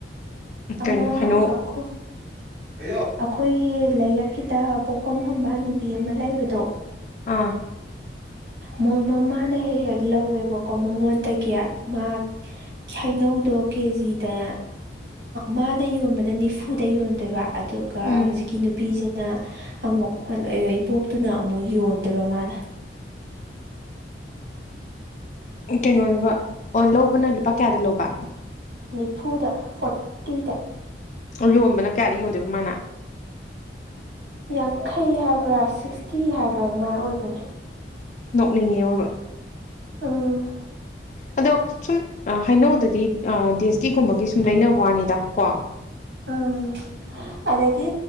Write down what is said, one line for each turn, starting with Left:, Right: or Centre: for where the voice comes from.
Right: ꯑꯃ
Left: ꯀꯩꯅꯣ ꯍꯩꯅꯧ
Right: ꯑꯣ ꯑꯩꯈꯣꯏꯒꯤ ꯂꯩꯔꯛꯀꯤꯗ ꯄꯣꯛꯐꯝ ꯐꯝꯕ ꯅꯨꯄꯤ ꯑꯃ ꯂꯩꯕꯗꯣ
Left: ꯑꯥ
Right: ꯃꯣꯏ ꯃꯃꯥꯅ ꯍꯦꯛ ꯍꯦꯛ ꯂꯧꯋꯦꯕꯀꯣ ꯃꯉꯣꯟꯗꯒꯤ ꯀꯌꯥ ꯃꯥ ꯈꯥꯏꯅꯧ ꯑꯗꯣ ꯀꯦꯖꯤꯗ ꯃꯥꯅ ꯌꯣꯟꯕꯅ ꯅꯤꯐꯨꯗ ꯌꯣꯟꯗꯣꯏꯕ ꯑꯗꯨꯒ
Left: ꯎꯝ
Right: ꯍꯧꯖꯤꯛꯀꯤ ꯅꯨꯄꯤꯁꯤꯅ ꯑꯃꯨꯛ ꯏꯕꯣꯛꯇꯨꯅ ꯑꯃꯨꯛ ꯌꯣꯟꯗꯣꯏꯕ ꯃꯥꯅ
Left: ꯀꯩꯅꯣꯅꯦꯕ ꯑꯣ ꯂꯧꯕꯅ ꯂꯨꯄꯥ ꯀꯌꯥꯗ ꯂꯧꯕ
Right: ꯅꯤꯐꯨꯗ ꯐꯇꯤꯗ
Left: ꯌꯣꯟꯕꯅ ꯀꯌꯥꯗ ꯌꯣꯟꯗꯣꯏꯕ ꯃꯥꯅ
Right: ꯌꯥꯡꯈꯩ ꯍꯥꯏꯕ꯭ꯔꯥ ꯁꯤꯛꯁꯇꯤ ꯍꯥꯏꯕ꯭ꯔꯥ ꯑꯗꯨꯃꯥꯏꯅ ꯑꯣꯏꯕꯅꯦ
Left: ꯅꯣꯛꯅꯤꯡꯉꯦꯕ
Right: ꯎꯝ
Left: ꯑꯗꯣ ꯁꯨꯝ ꯍꯥꯏꯅꯧꯗꯗꯤꯦ ꯀꯤꯒꯨꯝꯕꯒꯤ ꯁꯨꯝ ꯂꯩꯅꯕ ꯋꯥꯅꯤꯗ ꯀꯣ
Right: ꯑ ꯎ ꯑꯗꯒꯤ